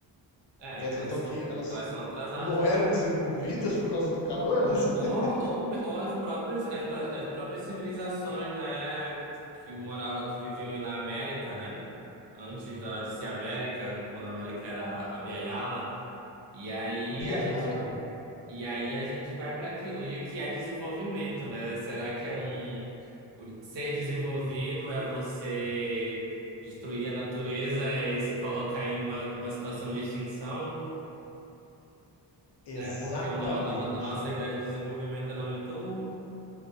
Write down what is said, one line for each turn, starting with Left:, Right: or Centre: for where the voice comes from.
Right: É,
Left: Quer
Right: que
Left: dizer,
Right: elas
Left: então, que
Right: são,
Left: elas
Right: que elas são atrasadas.
Left: não eram desenvolvidas por causa do calor? <laughs>
Right: Ou, ou, me- ou as próprias, as, pró- as próprias civilizações, né, que moravam, que viviam na América, né? Antes da, de ser América, quando a América era a Biayala. E aí
Left: Biayala.
Right: a gente, e aí a gente vai para aquilo. E o que é desenvolvimento, né? Será que é um o ser desenvolvido é você destruir a natureza e se colocar em uma, uma situação de extinção?
Left: Exatamente.
Right: É porque o no- a, no- a nossa ideia de desenvolvimento ela é muito,